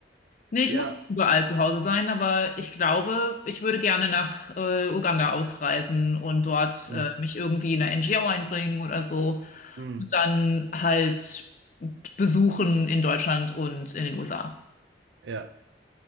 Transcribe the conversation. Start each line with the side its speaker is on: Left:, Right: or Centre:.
Left: Nee, ich
Right: Ja,
Left: muss nicht überall zu Hause sein, aber ich glaube, ich würde gerne nach äh, Uganda ausreisen und dort
Right: hm,
Left: äh, mich irgendwie in eine NGO einbringen oder so
Right: hm,
Left: und dann halt besuchen in Deutschland und in den USA.
Right: ja.